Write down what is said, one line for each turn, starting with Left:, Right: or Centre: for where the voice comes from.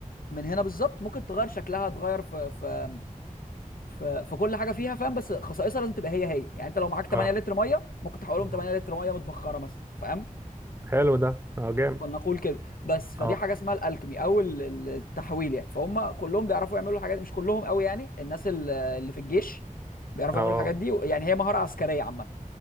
Left: من هنا بالظبط ممكن تغير شكلها تغير في في في, في كل حاجه فيها فاهم بس خصائصها لازم تبقى هي هي يعني انت لو معاك 8
Right: اه
Left: لتر ميه ممكن تحولهم 8
Right: آه.
Left: لتر ميه متبخره مثلا فاهم
Right: حلو ده اه جامد
Left: فلنقول كده بس فدي
Right: اه
Left: حاجه اسمها الالكمي او ال- ال- التحويل يعني فهم كلهم بيعرفوا يعملوا الحاجات دي مش كلهم قوي يعني الناس ال- اللي في الجيش بيعرفوا
Right: اه
Left: يعملوا الحاجات دي يعني هي مهاره عسكريه عامه